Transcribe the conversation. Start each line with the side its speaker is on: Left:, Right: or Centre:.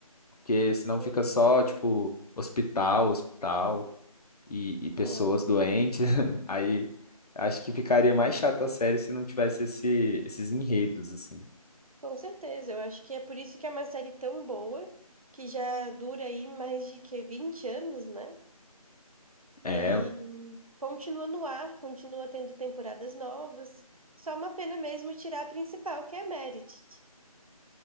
Left: Porque senão
Right: Sim,
Left: fica só, tipo, hospital, hospital e, e pessoas
Right: é,
Left: doentes. <laughs> Aí acho que ficaria mais chata a série se não tivesse esse, esses enredos, assim.
Right: com certeza. Eu acho que é por isso que é uma série tão boa, que já dura aí mais de que 20 anos, né?
Left: É,
Right: E continua no ar, continua tendo temporadas novas. Só uma pena mesmo tirar a principal, que é a Meredith.